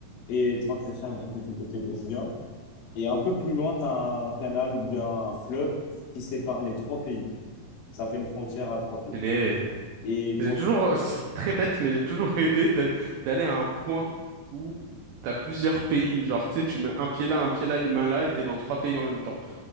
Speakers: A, on the left; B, on the right.
A: et 30% du coup, du côté brésilien. Et un peu plus loin, t'as un canal ou bien un fleuve qui sépare les trois pays. Ça fait une frontière à trois pays.
B: stylé.
A: Et pour
B: J'ai toujours, c'est très bête, mais j'ai toujours <laughs> rêvé de- d'aller à un point où t'as plusieurs pays. Genre, tu sais, tu mets un pied là, un pied là, une main là, et t'es dans trois pays en même temps.